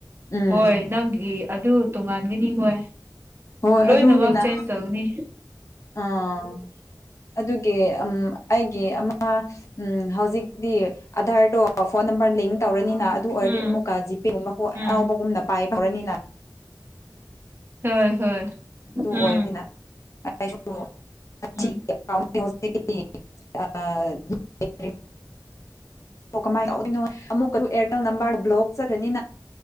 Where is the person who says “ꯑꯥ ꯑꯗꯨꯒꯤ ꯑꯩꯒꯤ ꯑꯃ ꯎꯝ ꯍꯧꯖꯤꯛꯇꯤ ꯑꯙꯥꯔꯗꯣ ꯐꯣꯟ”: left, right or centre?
Left